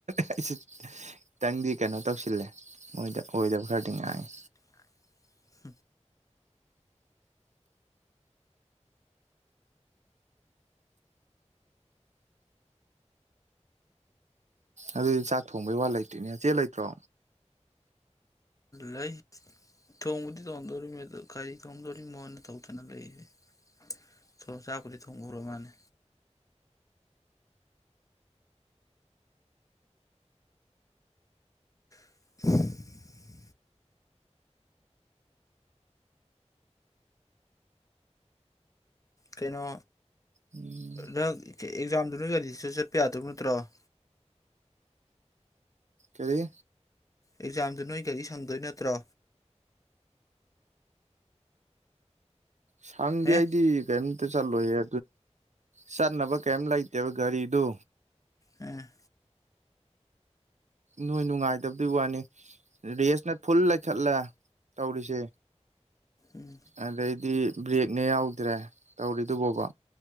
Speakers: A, on the right; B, on the left.
A: ꯑꯩꯁꯦ ꯈꯤꯇꯪꯗꯤ ꯀꯩꯅꯣ ꯇꯧꯁꯤꯜꯂꯦ ꯃꯣꯏꯗ ꯑꯣꯏꯗꯕ ꯈꯔꯗꯤ ꯉꯥꯡꯉꯤ
B: <inaudible>
A: ꯑꯗꯨꯗꯤ ꯆꯥꯛ ꯊꯣꯡꯕꯩ ꯋꯥ ꯂꯩꯇ꯭ꯔꯤꯅꯦ ꯆꯦ ꯂꯩꯇ꯭ꯔꯣ
B: ꯂꯩ ꯊꯣꯡꯕꯗꯤ ꯇꯣꯡꯗꯣꯔꯤꯅꯤ ꯀꯔꯤ ꯊꯣꯡꯗꯧꯔꯤꯕꯅꯣ ꯃꯣꯟꯅ ꯇꯧꯗꯅ ꯂꯩꯔꯤꯁꯦ ꯆꯥꯛꯄꯨꯗꯤ ꯊꯣꯡꯉꯨꯔꯣ ꯃꯥꯅꯦ <inaudible> ꯀꯩꯅꯣ
A: ꯎꯝ
B: ꯅꯪ ꯑꯦꯛꯖꯥꯝꯗꯨ ꯅꯣꯏ <unintelligible> ꯆꯠꯄ ꯌꯥꯗꯣꯏ ꯅꯠꯇ꯭ꯔꯣ <inaudible>
A: ꯀꯔꯤ
B: ꯑꯦꯛꯖꯥꯝꯗꯨ ꯅꯣꯏ ꯒꯥꯔꯤ ꯁꯪꯗꯣꯏ ꯅꯠꯇ꯭ꯔꯣ
A: ꯁꯪꯗꯦ
B: ꯍꯦ
A: ꯑꯩꯗꯤ ꯀꯔꯤꯝꯇ ꯆꯠꯂꯣꯏꯌꯦ ꯆꯠꯅꯕ ꯀꯔꯤꯝ ꯂꯩꯇꯦꯕ ꯒꯥꯔꯤꯗꯨ
B: ꯎꯝ
A: ꯅꯣꯏ ꯅꯨꯡꯉꯥꯏꯇꯕꯗꯨ ꯋꯥꯅꯤ ꯔꯦꯁꯅ ꯐꯨꯜ ꯂꯩꯊꯠꯂꯦ ꯇꯧꯔꯤꯁꯦ
B: ꯎꯝ
A: ꯑꯗꯩꯗꯤ ꯕ꯭ꯔꯦꯛꯅꯦ ꯌꯥꯎꯗ꯭ꯔꯦ ꯇꯧꯔꯤꯗꯨꯕꯣꯕ